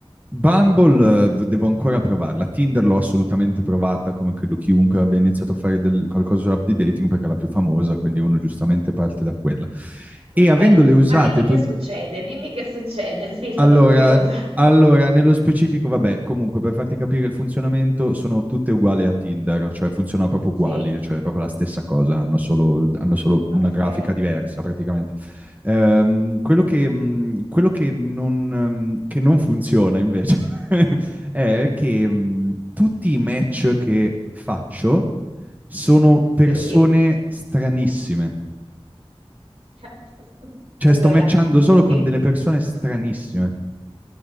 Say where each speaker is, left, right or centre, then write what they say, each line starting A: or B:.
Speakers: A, on the right; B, on the right.
A: Bumble eh, v- devo ancora provarla. Tinder l'ho assolutamente provata, come credo chiunque abbia iniziato a fare del- qualcosa sull'app di dating, perché è la più famosa, quindi uno giustamente parte da quella. E
B: Ok,
A: avendole usate
B: ma dimmi che
A: tutte...
B: succede, dimmi che succede, <laughs> sì, sono
A: Allora,
B: curiosa.
A: allora, nello specifico, vabbè, comunque per farti capire il funzionamento sono tutte uguali a Tinder, cioè funzionano proprio uguali,
B: Sì,
A: cioè è proprio la stessa cosa, hanno solo, hanno solo
B: ok.
A: una grafica diversa praticamente. Ehm, quello che, mh, quello che non, ehm, che non funziona invece <laughs> è che mh, tutti i match che faccio sono
B: Sì.
A: persone stranissime,
B: <laughs>
A: cioè
B: Allora,
A: sto matchando solo con
B: ti-
A: delle persone stranissime.
B: <laughs>